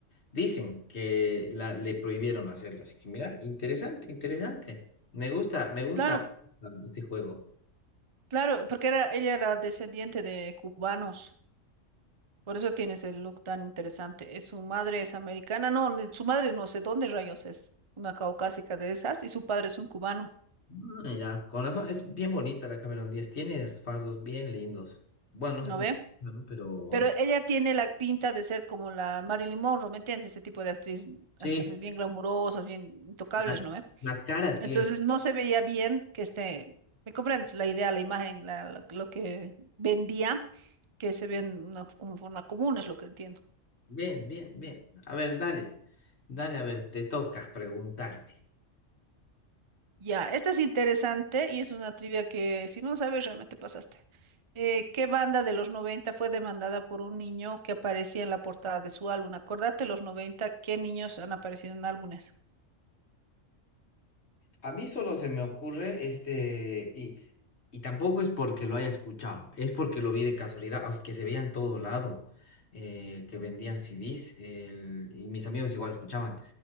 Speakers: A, on the left; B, on the right.
A: dicen que la, le prohibieron hacerlo. Así que mira, interesante, interesante. Me gusta, me gusta
B: Claro,
A: este juego.
B: Claro, porque era, ella era descendiente de cubanos, por eso tienes el look tan interesante. Eh, Su madre es americana, no, ni- su madre no sé dónde rayos es, una caucásica de esas, y su padre es un cubano,
A: Mm, Mira, con razón, es bien bonita la Cameron Díaz, tiene rasgos bien lindos. Bueno,
B: ¿no
A: no sé cómo,
B: ve?
A: ¿no? pero
B: Pero ella tiene la pinta de ser como la Marilyn Monroe, ¿me entiendes? Ese tipo de actriz,
A: sí,
B: actrices bien glamurosas, bien intocables,
A: la,
B: ¿no ve?
A: la cara tiene.
B: Entonces no se veía bien que este, ¿me comprendes? La idea, la imagen, la- la- lo que vendía, que se ve en una, como forma común, es lo que entiendo.
A: Bien, bien, bien. A ver, dale, dale, a ver, te toca preguntarme.
B: Ya, esta es interesante y es una trivia que si no sabes realmente pasaste. Eh, ¿qué banda de los 90 fue demandada por un niño que aparecía en la portada de su álbum? Acordate, los noventa ¿qué niños han aparecido en álbumes?
A: A mí solo se me ocurre este, y, y tampoco es porque lo haya escuchado, es porque lo vi de casualidad, o es que se veía en todo lado, eh, que vendían CDs, el- y mis amigos igual escuchaban.